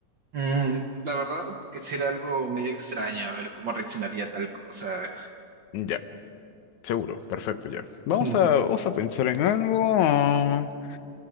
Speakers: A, on the right (about 55°); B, on the left (about 75°).
A: Mm, la verdad, quisiera algo medio extraño, a ver cómo reaccionaría tal cosa. A ver.
B: Ya, seguro, perfecto, ya. Vamos
A: <laughs>
B: a, vamos a pensar en algo. Ah,